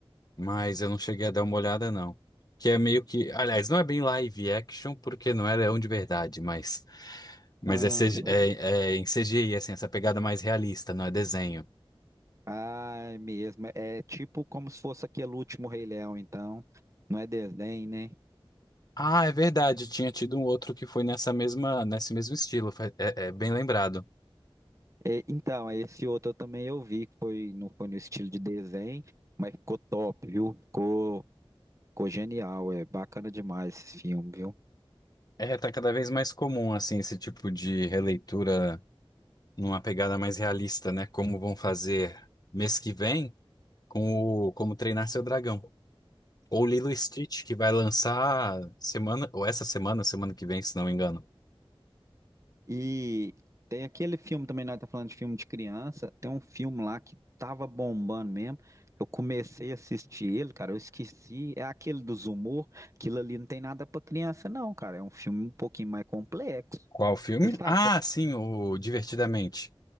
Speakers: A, on the left (about 40°); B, on the right (about 30°).
A: Mas eu não cheguei a dar uma olhada, não. Que é meio que. Aliás, não é bem live action, porque não é leão de verdade, mas. Mas
B: Ah,
A: é, CG é, é em CGI, assim, essa pegada mais realista, não é desenho.
B: Ah, é mesmo. É tipo como se fosse aquele último Rei Leão, então. Não é desenho, né?
A: Ah, é verdade, tinha tido um outro que foi nessa mesma, nesse mesmo estilo, fa- é, é bem lembrado.
B: É, então, esse outro eu também eu vi, que foi, não foi no estilo de desenho, mas ficou top, viu? Ficou, ficou genial, é bacana demais esse filme, viu?
A: É, tá cada vez mais comum, assim, esse tipo de releitura numa pegada mais realista, né? Como vão fazer mês que vem com o Como Treinar Seu Dragão. Ou Lilo e Stitch, que vai lançar semana, ou essa semana, semana que vem, se não me engano.
B: E tem aquele filme também, nós tá falando de filme de criança, tem um filme lá que tava bombando mesmo. Eu comecei a assistir ele, cara, eu esqueci. É aquele dos humor, aquilo ali não tem nada pra criança, não, cara. É um filme um pouquinho mais complexo.
A: Qual filme?
B: Você sabe?
A: Ah, sim, o Divertidamente.